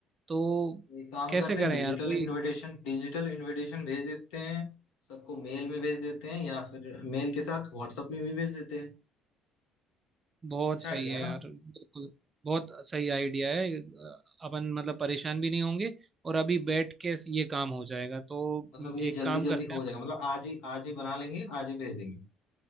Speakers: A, on the right; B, on the left.
A: तो
B: तो एक काम
A: कैसे
B: करते
A: करें
B: हैं डिजिटल
A: यार कोई
B: इनविटेशन डिजिटल इनविटेशन भेज देते हैं सबको मेल में भेज देते हैं या फिर मेल के साथ व्हाट्सएप में भी भेज देते हैं
A: बहुत
B: अच्छा आइडिया
A: सही है
B: है ना
A: यार बिल्कुल बहुत सही आइडिया है अ, अपन मतलब परेशान भी नहीं होंगे और अभी बैठ के ये काम हो जाएगा तो
B: मतलब ये
A: एक
B: जल्दी
A: काम
B: जल्दी
A: करते
B: हो
A: हैं
B: जाएगा मतलब आज ही आज ही बना लेंगे आज ही भेज देंगे